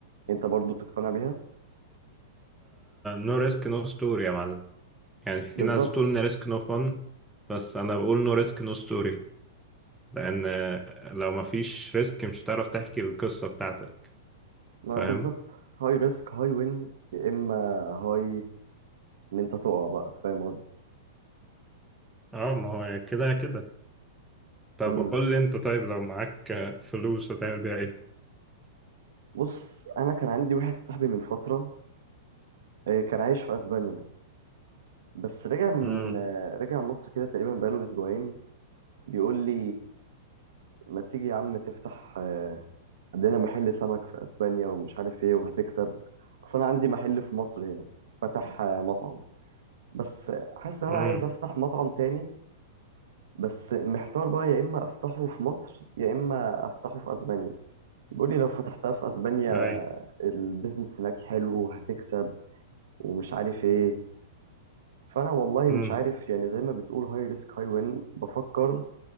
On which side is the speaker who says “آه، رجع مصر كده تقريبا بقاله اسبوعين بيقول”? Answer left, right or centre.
Right